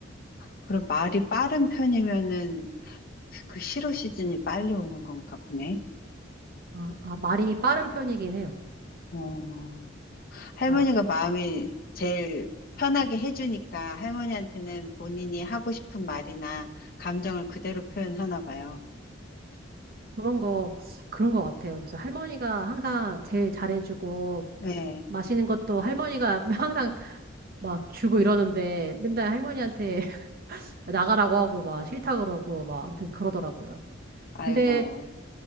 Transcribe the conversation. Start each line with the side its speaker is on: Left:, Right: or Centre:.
Left: 그럼 말이 빠른 편이면은 그 실어 시즌이 빨리 오는 건가 보네.
Right: 아, 아, 말이 빠른 편이긴 해요.
Left: 어, 할머니가
Right: 그러니까
Left: 마음이 제일 편하게 해주니까 할머니한테는 본인이 하고 싶은 말이나 감정을 그대로 표현하나 봐요.
Right: 그런 거 그런 거 같아요. 그래서 할머니가 항상 제일 잘해주고
Left: 네.
Right: 마시는 것도 할머니가 <laughs> 항상 막 주고 이러는데 맨날 할머니한테 <laughs> 나가라고 하고 막 싫다 그러고 막 아무튼 그러더라고요.
Left: 아이고.
Right: 근데